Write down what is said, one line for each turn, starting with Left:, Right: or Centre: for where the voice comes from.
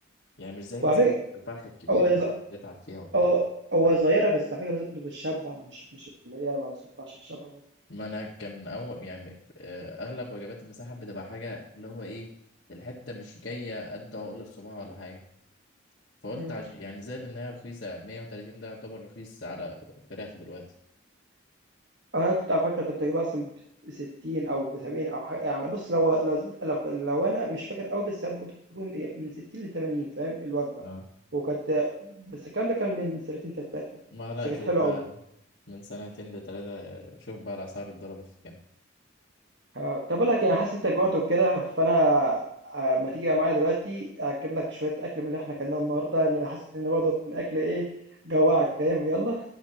Left: يعني مش زي مثلا
Right: وعلى فكرة
Left: الفرخة الكبيرة
Right: هو
Left: تقعد
Right: ز
Left: تتعب فيها وبتاع
Right: هو هو صغيرة بس على فكرة برضه بتشبع مش مش اللي هي ما بتشبعش بتشبع برضه
Left: ما انا كان اول يعني آه، اغلب وجبات المساحه بتبقى حاجه اللي هو ايه الحته مش جايه قد عقل الصباع ولا حاجه فقلت
Right: مم.
Left: عش... يعني زائد ان هي رخيصه 130 ده يعتبر رخيص على فراخ دلوقتي
Right: أنا كنت على فكرة كنت بجيبها أصلا بستين أو بسبعين أو حاجة يعني بص لو لو زدت لو, كنت- لو أنا مش فاكر أوي بس أنا كنت بجيبهم من ستين لتمانين فاهم الوجبة
Left: اه
Right: وكانت بس الكلام ده كان من سنتين تلاتة
Left: ما لا
Right: بس كانت
Left: شوف
Right: حلوة
Left: بقى
Right: أوي
Left: من سنتين لتلاتة شوف بقى الاسعار اتضربت في كام
Right: آه، طب أقول لك يعني حاسس إن أنت جوعت وكده فأنا آه، ما تيجي بقى معايا دلوقتي أجيب لك شوية أكل من اللي إحنا أكلناه النهاردة اللي حاسس إن برضه كان أكل إيه جوعك فاهم يلا